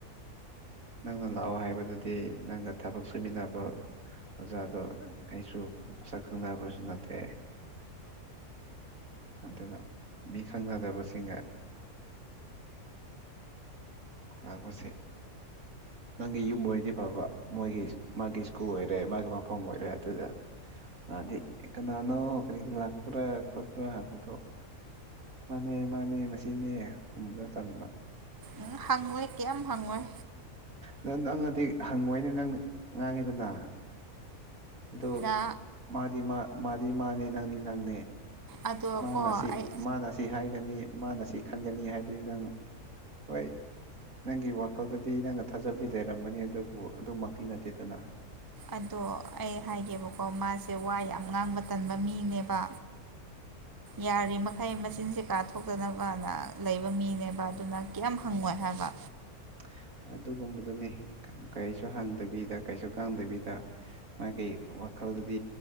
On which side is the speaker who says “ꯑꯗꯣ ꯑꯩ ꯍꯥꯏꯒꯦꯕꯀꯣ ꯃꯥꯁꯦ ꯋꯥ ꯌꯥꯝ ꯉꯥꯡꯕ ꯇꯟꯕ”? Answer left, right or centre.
Right